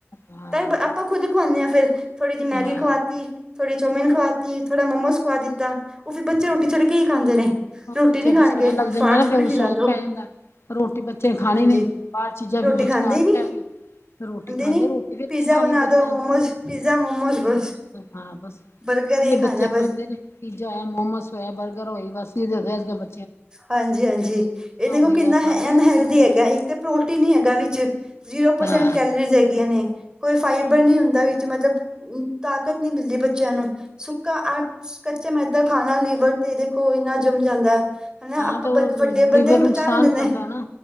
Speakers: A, on the left; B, on the right.
A: ਹਾਂ
B: ਤਾਂਹੀ ਅਪ ਆਪਾਂ ਖੁਦ ਖੁਆਉਂਦੇ ਹਾਂ ਫੇਰ, ਥੋੜ੍ਹੀ ਜਿਹੀ ਮੈਗੀ
A: ਹਾਂ
B: ਖਵਾਤੀ ਥੋੜ੍ਹੀ ਚੌਮਿਨ ਖਵਾਤੀ, ਥੋੜ੍ਹਾ ਮੋਮੋਸ ਖਵਾ ਦਿੱਤਾ, ਉਹ ਫੇਰ ਬੱਚੇ ਰੋਟੀ ਛੱਡ ਕੇ ਹੀ ਖਾਂਦੇ ਨੇ
A: ਉਹ
B: ਰੋਟੀ
A: ਬੱਚੇ
B: ਨੀ
A: ਫਿਰ
B: ਖਾਣਗੇ
A: ਸੁਆਦ ਲੱਗ ਜਾਂਦਾ,
B: ਫਾਸਟ ਫੂਡ
A: ਫੇਰ
B: ਖਿਲਾ
A: ਸੌਂਕ
B: ਦੋ
A: ਪੈ ਜਾਂਦਾ ਰੋਟੀ ਬੱਚੇ ਨੇ ਖਾਣੀ
B: ਹਾਂਜੀ
A: ਨੀ, ਬਾਹਰ ਚੀਜ਼ਾਂ
B: ਰੋਟੀ
A: ਫੇਰ ਬੱਚੇ
B: ਖਾਂਦੇ
A: ਨੂੰ ਆਦਤ
B: ਹੀ ਨੀ
A: ਪੈ ਗਈ ਰੋਟੀ ਖਾਂਦੇ
B: ਨੀ
A: ਰੋਟੀ ਫਿਰ
B: ਪੀਜ਼ਾ
A: ਕੀ ਖਾਣੀ
B: ਬਣਾ
A: ਬੱਚਿਆਂ
B: ਦੋ ਮੋਮੋਸ ਪੀਜ਼ਾ ਮੋਮੋਸ ਬਸ
A: ਹਾਂ। ਬਸ <unintelligible>
B: ਬਰਗਰ ਹੀ
A: ਵੀ ਬੱਚੇ
B: ਖਾਣਾ
A: ਖਾਂਦੇ
B: ਬਸ
A: ਨੇ ਪੀਜ਼ਾ ਹੋਇਆ, ਮੋਮੋਸ ਹੋਏ, ਬਰਗਰ ਹੋਏ। ਬਸ ਇਹਦੇ ਅੱਜ ਬੇ
B: ਹਾਂਜੀ- ਹਾਂਜੀ। ਇਹ ਦੇਖੋ
A: ਗਈ ਆ ਖਾਂਦੇ
B: ਅਨਹਲਦੀ
A: ਇਹ ਚੀਜ਼
B: ਹੈਗਾ। ਤਾਂ ਪ੍ਰੋਟੀਨ ਹੀ ਹੈਗਾ ਵਿਚ। ਜ਼ੀਰੋ ਪਰਸੈਂਟ
A: ਹਾਂ
B: ਕੈਲਰੀਜ਼ ਹੈਗੀਆਂ ਨੇ। ਕੋਈ ਫਾਈਬਰ ਨਹੀਂ ਹੁੰਦਾ। ਵਿੱਚ ਮਤਲਬ ਤਾਕਤ ਨਹੀਂ ਮਿਲਦੀ। ਬੱਚਿਆਂ ਨੂੰ ਸੁੱਕਾ ਆ, ਕੱਚਾ ਮੈਦਾ ਖਾਣਾ ਲੀਵਰ ਤੇ ਦੇਖੋ। ਇੰਨਾ ਜੰਮ ਜਾਂਦਾ। ਹਨਾ।
A: ਹਾਂ
B: ਆਪਾਂ
A: ਤੇ ਉਹ
B: ਬ ਵੱਡੇ
A: ਲੀਵਰ
B: ਬੰਦੇ
A: ਨੂੰ
B: ਪਹੁੰਚਾ
A: ਨੁਕਸਾਨ
B: ਲੈਂਦੇ ਨੇ।
A: ਕਰਦਾ ਨਾ